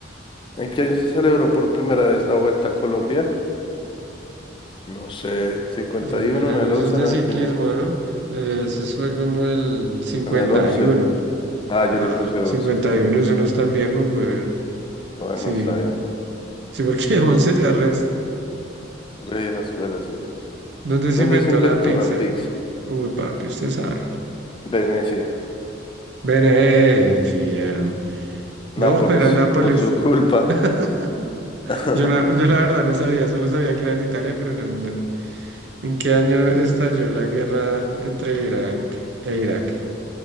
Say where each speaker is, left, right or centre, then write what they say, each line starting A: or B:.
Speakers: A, on the left; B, on the right.
A: ¿en qué año se celebró por primera vez la Vuelta a Colombia? No sé, cincuenta
B: Primer
A: y uno
B: año,
A: en el
B: eso
A: once
B: es de
A: noventa
B: ciclismo,
A: y nueve
B: ¿no? Eh, Eso fue como el 51.
A: En el once Ah, yo
B: Nah,
A: le puse
B: 51,
A: once
B: eso no es tan viejo, güey.
A: Bueno,
B: Sí,
A: está bien.
B: sí, porque <laughs> 11 ya res.
A: Rey escuela, sí, sí, sí.
B: ¿Dónde se
A: ¿Dónde
B: inventó
A: se inventó
B: la pizza?
A: la pizza?
B: Uy, papi, usted sabe.
A: Venecia,
B: Venecia. No,
A: Nápoles,
B: era Nápoles.
A: por su culpa.
B: <laughs>
A: <laughs>
B: Yo la, yo la verdad no sabía, solo sabía que era en Italia, pero no. no. ¿En qué año estalló la guerra entre Irán e Irak?